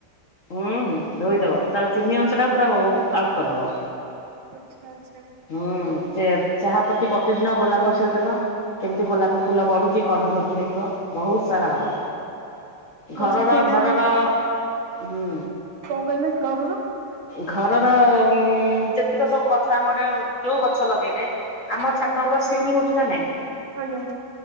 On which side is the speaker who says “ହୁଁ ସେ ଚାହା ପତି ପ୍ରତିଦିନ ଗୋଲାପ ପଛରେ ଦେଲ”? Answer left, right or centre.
Left